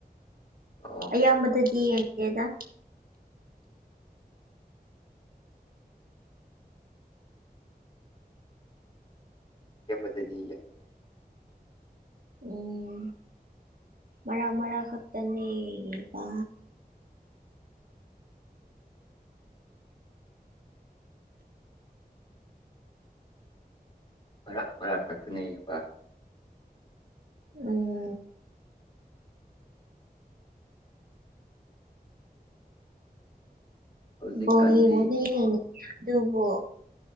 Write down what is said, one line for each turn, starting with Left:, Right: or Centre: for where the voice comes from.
Left: ꯑꯣ
Right: ꯑꯌꯥꯝꯕꯗꯗꯤ ꯌꯦꯡꯗꯦꯗ꯫
Left: ꯌꯦꯕꯗꯤ ꯌꯦꯒ
Right: ꯎꯝ ꯃꯔꯛ ꯃꯔꯛ ꯈꯛꯇꯅꯦꯗꯥ
Left: ꯃꯔꯛ ꯃꯔꯛ ꯈꯥꯛꯇꯅꯦ ꯌꯦꯡꯕ
Right: ꯎꯝ꯫
Left: ꯍꯧꯖꯤꯛꯀꯥꯟꯗꯤ
Right: ꯕꯣꯜ ꯌꯦꯡꯕꯗꯤ ꯌꯦꯡꯉꯤ ꯑꯗꯨꯕꯨ